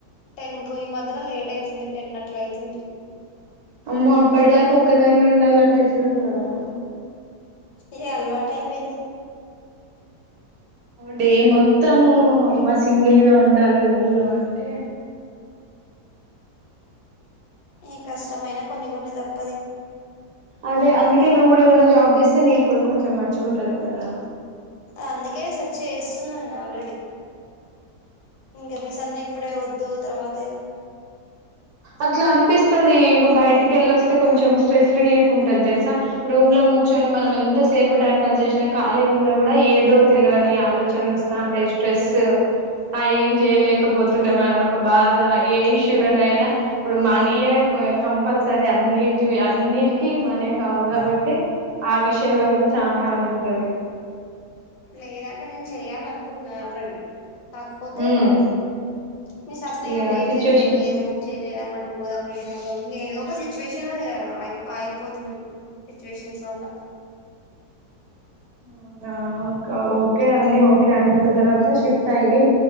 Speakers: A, on the left; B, on the right.
A: టెన్ కు ఈ మధ్యలో లేట్ అయితుంది. టెన్ అట్ల అయితుంది.
B: అమ్మో అప్పటి దాకా ఒక్కదానివె ఉండాలంటే, ఎట్లుంటావురా?
A: ఏ అలవాటైపోయింది.
B: డే మొత్తము, అమ్మ సింగిల్ గా ఉండాలి రూమ్ లో అంటే,
A: ఏ కష్టమైన కొన్ని కొన్ని తప్
B: అదే, అందుకే నువ్వు కూడా ఏదనా జాబ్ చేస్తే, నేన్ కూడా కొంచెం మంచి ఉంటది కదరా?
A: అందుకే, సర్చ్ చేస్తున్నా నేను ఆల్రడీ. ఇంక మీ
B: అదే
A: సన్ ఇప్పుడే వద్దు. తర్వాత,
B: అట్ల అనిపిస్తది. ఇగ బయట్ ఇంటికెళ్లొస్తే కొంచెం స్ట్రెస్ రిలీఫ్ ఉంటది తెలుసా! రూమ్ లో కూర్చొని మనం ఎంతసేపు టైం పాస్ చేసినా ఖాళీగున్నా కూడ, ఏదో తెల్వని ఆలోచనలు వస్ తాంటే, స్ట్రెస్ ఆ ఏం చేయలేకపోతున్నామ్, అనొక్ బాగా, ఏ ఇష్యూలనయినా ఇప్పుడు మనీయే కంపల్సరీ. అన్నిటివి అన్నిటికీ మనీ ఎ కావాలి కాబట్టి, ఆ విషయంలో కూడ చాన అదుంటది.
A: లేదంటే, నేను చెయాలనుకున్నా ఆల్రెడీ కాకపోతే,
B: ఉమ్
A: మీ సబ్నయ
B: ఇగ
A: వెయిట్
B: సిచ్యుయేషన్స్
A: చెయ్, వెయిట్ చెయ్ రూమ్ చేంజ్ అయిదాం. అటు పోదాం ఇటు పోదాం ఏదొ, ఇ సిచ్యువేషన్ లొ ఇగ ఆగి ఆగిపోతున్నా. సిచువేషన్స్ అల
B: అవునా! ఓక ఓకె అన్ని ఓకే అనుకున్న తర్వాత షిఫ్ట్ అయ్యి